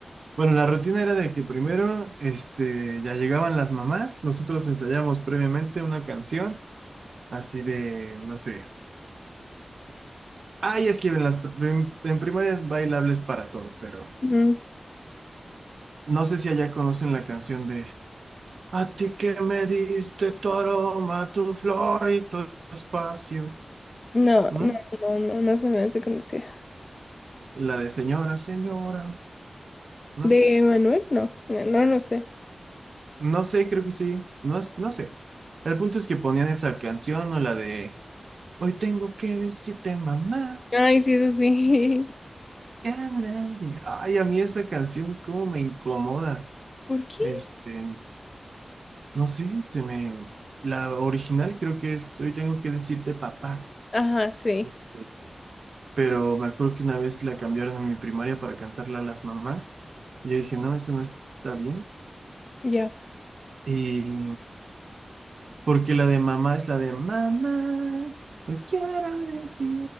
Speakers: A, on the right (about 70°); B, on the left (about 40°).
A: Bueno, la rutina era de que primero, este, ya llegaban las mamás, nosotros ensayamos previamente una canción, así de, no sé, ay, es que en las prim- en primarias bailables para todo, pero
B: Ujú.
A: no sé si allá conocen la canción de, a ti que me diste tu aroma, tu flor y tu espacio,
B: No,
A: ¿no?
B: no, no, no, no se me hace conocida.
A: La de señora, señora. ¿no?
B: ¿De Manuel? No, no, no no sé.
A: No sé, creo que sí. No, es- no sé. El punto es que ponían esa canción o la de Hoy tengo que decirte, mamá.
B: Ay, sí, es así.
A: ya nadie". Ay, a mí esa canción, cómo me incomoda.
B: <laughs> ¿Por qué?
A: Este, no sé, se me. La original creo que es Hoy tengo que decirte, papá.
B: Ajá, sí,
A: Este, pero me acuerdo que una vez la cambiaron en mi primaria para cantarla a las mamás. Y yo dije, no, eso no está bien.
B: ya.
A: Y Porque la de mamá es la de mamá, no quiero decir